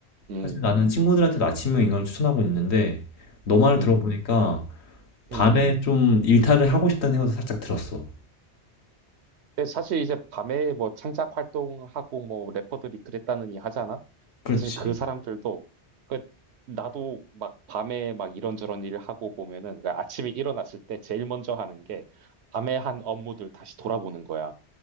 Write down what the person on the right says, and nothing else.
음,
음,
음.
근데 사실 이제 밤에 뭐 창작 활동하고 뭐 래퍼들이 그랬다느니 하잖아.
사실 그 사람들도 그 나도 막 밤에 막 이런저런 일을 하고 보면은 그 아침에 일어났을 때 제일 먼저 하는 게 밤에 한 업무들 다시 돌아보는 거야.